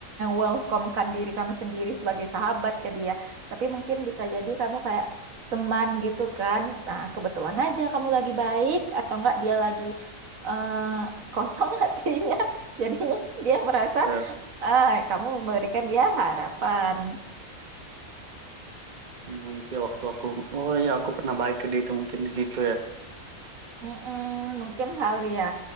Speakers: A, on the right; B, on the right.
A: welcome diri kamu sendiri sebagai sahabat ke dia. Tapi mungkin bisa jadi kamu kayak teman gitu kan. Nah, kebetulan aja kamu lagi baik atau enggak dia lagi eh, kosong <laughs> hatinya. Jadinya dia merasa
B: Ya,
A: ah, kamu memberikan dia harapan.
B: Oh, itu ya waktu aku oh iya aku pernah baik ke dia itu mungkin di situ ya
A: Mm-mm, mungkin kali ya.